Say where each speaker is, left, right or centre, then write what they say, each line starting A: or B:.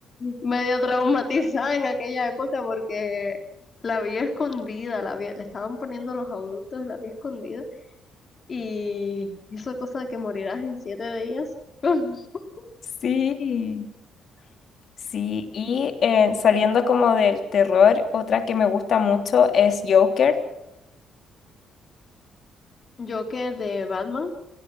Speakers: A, on the left (about 40°); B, on the left (about 60°).
A: medio traumatizada en aquella época porque la vi escondida, la vi- le estaban poniendo los adultos, la vi escondida y hizo cosa de que morirás en siete días. <laughs>
B: Sí. Sí, y eh, saliendo como del terror, otra que me gusta mucho es Joker.
A: Joker de Batman.